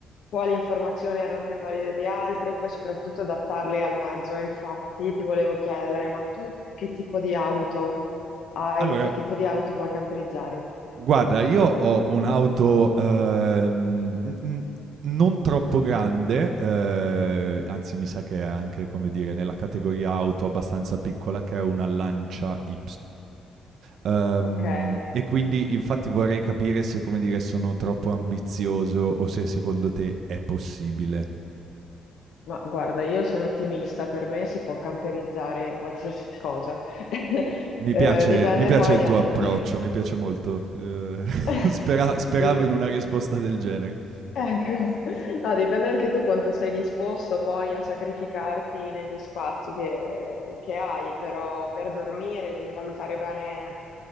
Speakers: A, on the left; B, on the right.
A: quali informazioni erano più valide di altre e poi soprattutto adattarle al mezzo. Infatti, ti volevo chiedere, ma tu che tipo di auto hai?
B: Allora,
A: Che tipo di auto vuoi camperizzare?
B: Guarda, io ho un'auto, uhm, n n non troppo grande, uhm, anzi mi sa che è anche, come dire, nella categoria auto abbastanza piccola, che è una Lancia Y, uhm,
A: Ok,
B: e quindi infatti vorrei capire se, come dire, sono troppo ambizioso o se secondo te è possibile.
A: ma guarda, io sono ottimista, per me si può camperizzare qualsiasi cosa. <laughs>
B: Mi
A: Eh,
B: piace
A: dipende
B: mi piace
A: poi
B: il tuo
A: anche.
B: approccio, mi piace molto. Uhm,
A: <laughs>
B: <laughs> spera speravo
A: Dip-
B: in una risposta del genere.
A: Ecco, no, dipende anche tu quanto sei disposto poi a sacrificarti negli spazi che, che hai, però per dormire devi valutare bene